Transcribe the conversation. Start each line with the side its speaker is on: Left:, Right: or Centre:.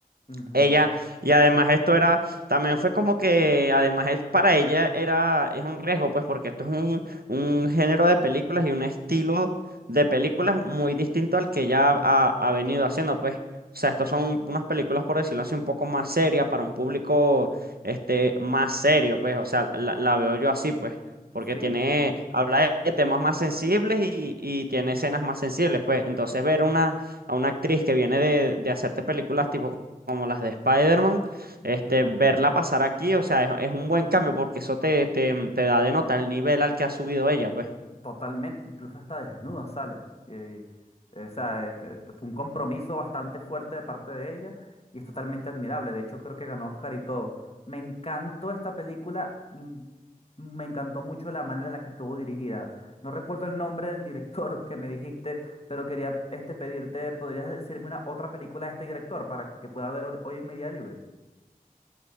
Left: Ujú.
Right: Ella, y además esto era, también fue como que, además es- para ella era, es un riesgo, pues porque esto es un, un género de películas y un estilo de películas muy distinto al que ella ha, ha- ha venido haciendo, pues. O sea, estos son unas películas, por decirlo así, un poco más serias para un público, este, más serio, pues. O sea, la, la veo yo así, pues, porque
Left: Sí,
Right: tiene, habla de de temas más sensibles y, y tiene escenas más sensibles, pues. Entonces ver una a una actriz que viene de, de hacerte películas tipo como las de Spider-Man, este,
Left: ujú,
Right: verla pasar aquí, o sea, es, es un buen cambio porque eso te, te, mm, te da de nota el nivel al que ha subido ella, pues.
Left: totalmente, incluso hasta desnuda sale. Y, eh, o sea, eh, que fue un compromiso bastante fuerte de parte de ella y es totalmente admirable. De hecho, creo que ganó Oscar y todo. Me encantó esta película, mm, me encantó mucho la manera en la que estuvo dirigida. No recuerdo el nombre del director que me dijiste, pero quería este pedirte, ¿podrías decirme una otra película de este director para que pueda ver hor- hoy en mi día libre?